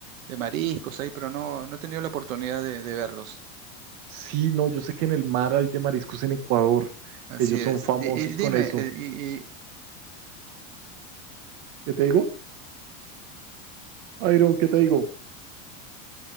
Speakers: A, on the right; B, on the right.
A: de mariscos ahí, pero no, no he tenido la oportunidad de, de verlos.
B: Sí, no, yo sé que en el mar hay de mariscos en Ecuador,
A: Así
B: que ellos
A: es.
B: son famosos
A: Y, y dime,
B: con eso.
A: eh, y, y,
B: ¿Qué te digo? Airo, ¿qué te digo?